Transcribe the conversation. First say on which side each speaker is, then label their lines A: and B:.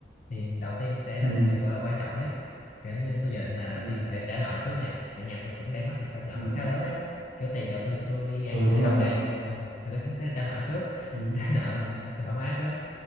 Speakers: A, on the left; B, on the left.
A: thì đầu tiên tôi sẽ làm
B: ừ
A: những việc gọi là quan trọng nhất kiểu như tôi dự định là đầu
B: ừ
A: tiên là phải trả nợ trước này tại nhà tôi cũng đang mắc một khoản nợ
B: ừ,
A: khá lớn ấy kiểu tiền đầu tư cho tôi đi ăn
B: ừ
A: học
B: đúng
A: đại học
B: rồi
A: nè Ừ, thì tôi cũng phải trả nợ trước <laughs>
B: ừ.
A: trả nợ thoải mái trước